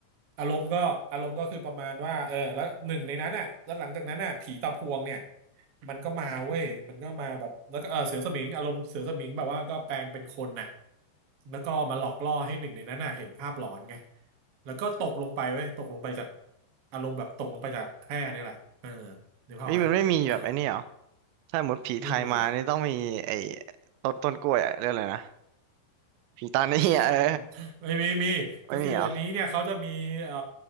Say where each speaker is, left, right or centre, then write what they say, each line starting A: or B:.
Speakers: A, on the right; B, on the right.
A: อารมณ์ก็อารมณ์ก็คือประมาณว่าเออแล้วหนึ่งในนั้นอ่ะแล้วหลังจากนั้นอ่ะผีตาพวงเนี่ยมันก็มาเว้ยมันก็มาแบบแล้วก็เออเสือสมิงอารมณ์เสือสมิงแบบว่าก็แปลงเป็นคนน่ะแล้วก็มาหลอกล่อให้หนึ่งในนั้นน่ะเห็นภาพหลอนไงแล้วก็ตกลงไปเว้ยตกลงไปจากอารมณ์แบบตกลงไปจากแคร่เนี่ยแหละเออนึกภาพออกไหมเออ
B: เฮ้ยมันไม่มีแบบไอ้นี่เหรอถ้าหมดผีไทยมานี่ต้องมีไอ้
A: ไม่มีอะไร
B: ต้นต้นกล้วยอะเรื่องอะไรนะผีตานี่อะเออ
A: <laughs> ไม่มีมีก็คืออันนี้เนี่ยเขาจะมีเอ่อ
B: ไม่มีเหรอ